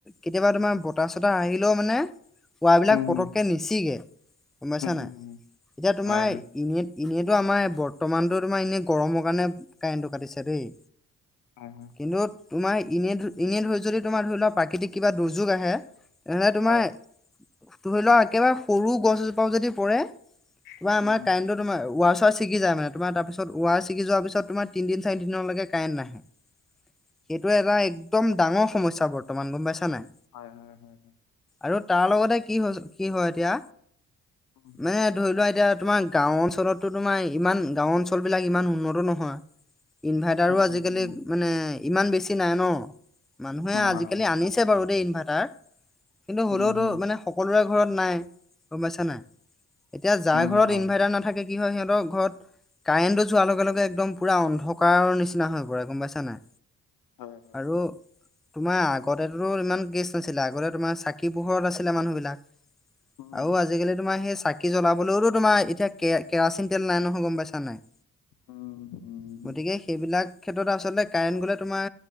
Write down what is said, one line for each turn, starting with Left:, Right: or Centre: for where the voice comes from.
Centre: কেতিয়াবা তোমাৰ বতাহ চতাহ আহিলেও মানে ওৱাৰ বিলাক
Left: উম হম
Centre: পতককে নি চিগে গম পাইছা
Left: উম
Centre: নাই এতিয়া বেছিকে এতিয়া তোমাৰ।
Left: হয় হয়
Centre: এনেই এনেইতো আমাৰ বৰ্তমানতটো তোমাৰ এনেই গৰমৰ কাৰণে কাৰেণ্টটো কাটিছে দেই
Left: হয়
Centre: কিন্তু তোমাৰ এনে এনেই ধৰি যদি তোমাৰ ধৰি লোৱাক প্ৰাকৃতিক কিবা দুৰ্যোগ আহে এহে তোমাৰ
Left: হয়
Centre: ধৰি লোৱা একেবাৰে সৰু গছ এযো পাও যদি পৰে তোমাৰ
Left: উম
Centre: আমাৰ কাৰেন্তৰ তোমাৰ ওৱাছ ছিগি যায় মানে তোমাৰ তাৰপিছ ওৱাৰ ছিগি যোৱাৰ পিছত তোমাৰ তিদিন চাৰিদিনৰলৈকে কাৰেণ্ট নাহে সেইটো এটা একদম ডাঙৰ সমস্যা বৰ্তমান গম পাইছা নাই
Left: হয় হয় হয়
Centre: আৰু তাৰ লগতে কি কি হয় এতিয়া
Left: উম
Centre: মানে ধৰি লোৱা এতিয়া তোমাৰ গাও অঞ্চলতো তোমাৰ ইমান গাও অঞ্চল বিলাক ইমান উন্নত নহয় ইনভাৰ্টাৰো
Left: উম
Centre: আজিকালি মানে ইমান বেছি নাই ন মানুহে আজিকালি
Left: হয় হয়
Centre: আনিছ ছে বাৰু দেই ইনভাৰটাৰ কিন্তু
Left: উম
Centre: হ'লেওতো মানে সকলোৰে ঘৰত নাই গম পাইছা নাই এতিয়া যাৰ
Left: উম
Centre: ঘৰত
Left: হয়
Centre: ইনভাৰ্টাৰ
Left: হয়
Centre: নাথাকে কি হয় সিহঁতৰ ঘৰত কাৰেণ্টো যোৱাৰ লগে লগে একদম পুৰা অন্ধ ন্ধকাৰৰ নিচিনা হৈ পৰে গম পাইছা নাই
Left: হয় হয়
Centre: আৰু
Left: হয়
Centre: তোমাৰ আগতেতো ত' ইমান গেচ নাছিলে আগতে তোমাৰ চাকি পোহৰত আছিলে মানুহ বিলাক
Left: উম
Centre: আৰু আজিকালি তোমাৰ সেই চাকি জ্বলাবলৈও তো তোমাৰ এতিয়া কে কেৰাচিন তেল নাই নহয় গ'ম পাইছা নাই?
Left: ওম
Centre: গতিকে সেইবিলাক ক্ষেত্ৰত আচলতে কাৰেণ্ট গ'লে তোমাৰ